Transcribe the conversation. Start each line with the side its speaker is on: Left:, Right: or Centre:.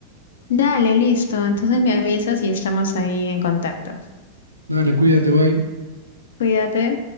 Left: Dale, listo. Entonces me avisas y estamos ahí en contacto.
Right: Dale, cuídate, bye.
Left: Cuídate.